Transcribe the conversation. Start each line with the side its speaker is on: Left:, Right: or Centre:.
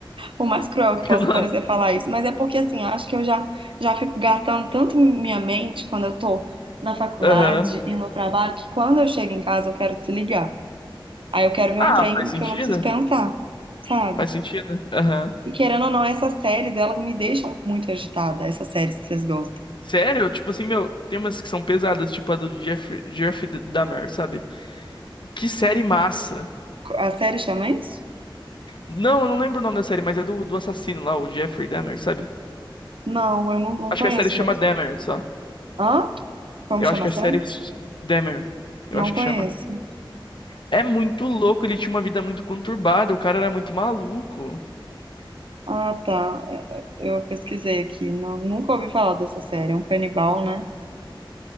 Right: Por mais cruel
Left: <laughs>
Right: que possa parecer falar isso, mas é porque assim, eu acho que eu já, já fico gastando tanto minha mente quando eu tô na faculdade
Left: Aham.
Right: e no trabalho, que quando eu chego em casa eu quero desligar. Aí eu quero ver
Left: Ah,
Right: um trem
Left: faz sentido?
Right: que eu não preciso pensar, sabe?
Left: Faz sentido. Aham.
Right: E querendo ou não, essas séries, elas me deixam muito agitada, essas séries que vocês gostam.
Left: Sério? Tipo assim, meu, tem umas que são pesadas, tipo a do Jeff, Jeff Dahmer, sabe? Que série massa.
Right: A série chama isso?
Left: Não, eu não lembro o nome da série, mas é do, do assassino lá, o Jeffrey Dahmer, sabe?
Right: Não, eu não, não
Left: Acho
Right: conheço
Left: que a série chama
Right: muito.
Left: Dahmer, só.
Right: Hã? Como
Left: Eu
Right: chama
Left: acho que
Right: a
Left: a
Right: série?
Left: série s- Dahmer. Eu
Right: Não
Left: acho que
Right: conheço.
Left: chama. É muito louco, ele tinha uma vida muito conturbada, o cara era muito maluco.
Right: Ah, tá. É, é, Eu pesquisei aqui. Não, nunca ouvi falar dessa série. É um canibal, né?